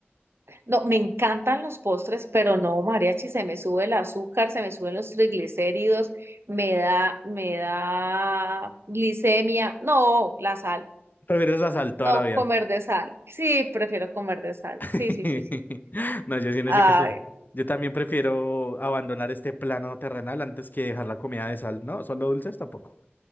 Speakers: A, on the right; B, on the left.
A: No, me encantan los postres, pero no, mariachi, se me sube el azúcar, se me suben los triglicéridos, me da, me da glicemia. No, la sal,
B: ¿Prefieres la sal toda
A: no,
B: la vida?
A: comer de sal. Sí, prefiero comer de sal.
B: <laughs>
A: Sí, sí, sí, sí.
B: No, yo sí en
A: Ay,
B: ese caso, yo también prefiero abandonar este plano terrenal antes que dejar la comida de sal. No, solo dulces tampoco.